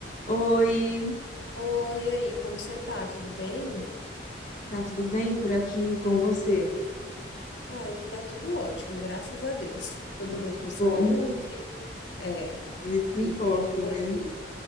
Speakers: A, on the left; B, on the left.
A: Oi,
B: Oi, e aí, como você tá? Tudo bem?
A: tá tudo bem por aqui com você?
B: Ah, aqui tá tudo ótimo, graças a Deus. <laughs> Todo
A: Ai,
B: mundo
A: Que
B: com saúde,
A: bom,
B: é,
A: isso que
B: e
A: importa,
B: aqui por
A: né?
B: aí.